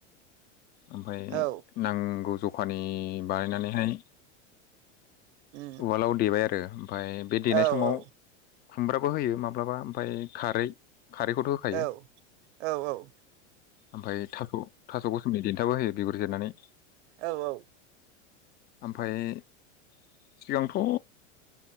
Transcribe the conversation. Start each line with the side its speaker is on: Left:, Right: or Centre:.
Left: ओमफ्राय
Right: औ
Left: नांगौ ज' खानि बानायनानै हाय
Right: उम
Left: उवालआव देबाय आरो ओमफाय बे देनाय
Right: औ
Left: समाव
Right: औ
Left: खुमब्राबो होयो माब्लाबा ओमफाय खारै खारैखौथ' होखायो
Right: औ औ औ
Left: ओमफाय थाख' थास' गोसोमनि देन्थाबो होयो बिगुर जिरनानै
Right: औ औ
Left: ओमफाय सिगांथ'